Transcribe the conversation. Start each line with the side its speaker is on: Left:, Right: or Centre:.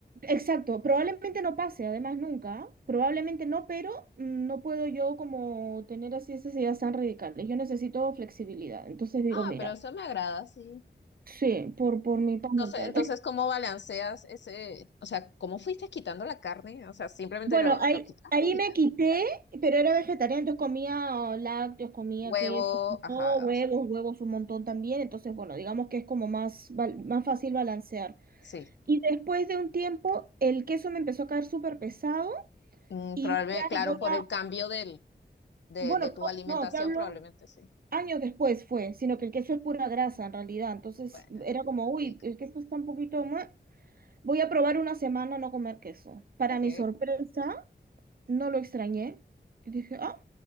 Right: exacto, probablemente no pase, además nunca, probablemente no, pero mm, no puedo yo como tener así esas ideas tan radicales, yo necesito flexibilidad, entonces digo,
Left: Ah,
Right: mira,
Left: pero eso me agrada, sí.
Right: sí, por, por mi paz
Left: Entonces,
Right: mental.
Left: entonces, ¿cómo balanceas ese, o sea, cómo fuiste quitando la carne? O sea, simplemente
Right: Bueno,
Left: lo,
Right: ahí,
Left: lo quitaste
Right: ahí
Left: y
Right: me
Left: ya.
Right: quité, pero era vegetariana, entonces comía oh, lácteos, comía
Left: Huevo,
Right: queso,
Left: ajá,
Right: no, huevos,
Left: o sea.
Right: huevos un montón también, entonces bueno, digamos que es como más, val- más fácil balancear.
Left: Sí,
Right: Y después de un tiempo, el queso me empezó a caer súper pesado
Left: Mm,
Right: y
Left: probablemente,
Right: dije,
Left: claro,
Right: "Ay, voy
Left: por
Right: a,
Left: el cambio del, de,
Right: bueno,
Left: de tu alimentación,
Right: no, no, te hablo
Left: probablemente sí.
Right: años después fue, sino que el queso es pura grasa en realidad, entonces
Left: Bueno,
Right: era como,
Left: tan
Right: uy,
Left: rica.
Right: el queso está un poquito más... Voy a probar una semana no comer queso. Para
Left: Ok,
Right: mi sorpresa, No lo extrañé. Y dije, ah,